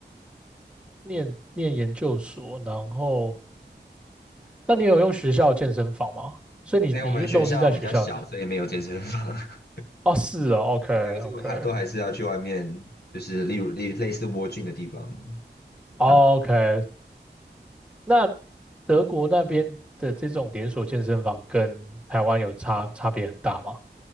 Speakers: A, in the centre; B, on the left.
A: 念念研究所，然后那你有用学校健身房吗？所以你你运动是在学校
B: 因为我们学校比较小，所以没有健身房，<laughs>
A: 哦，是哦，OK，OK，
B: 对，所以我还都还是要去外面，就是例如类类似蜗菌的地方
A: 哦，OK。
B: 上。
A: 那德国那边的这种连锁健身房跟台湾有差差别很大吗？